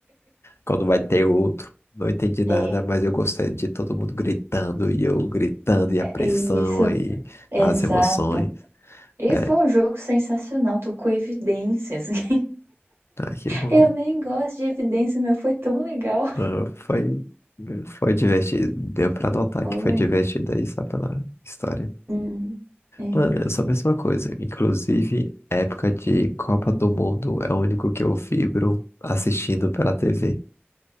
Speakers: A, on the left; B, on the right.
A: quando vai ter outro. Não entendi nada,
B: É,
A: mas eu gostei de todo mundo gritando e eu gritando e a
B: é
A: pressão
B: isso.
A: e
B: Exato.
A: as emoções.
B: E
A: É,
B: foi um jogo sensacional, tocou evidências. <laughs>
A: Ah, que bom.
B: Eu nem gosto de evidências, mas foi tão legal.
A: Ah, Foi, foi divertido. Deu pra notar
B: Foi.
A: que foi divertido aí só pela história.
B: Hum, é.
A: Mano, é só a mesma coisa. Inclusive, época de Copa do Mundo é o único que eu vibro assistindo pela TV.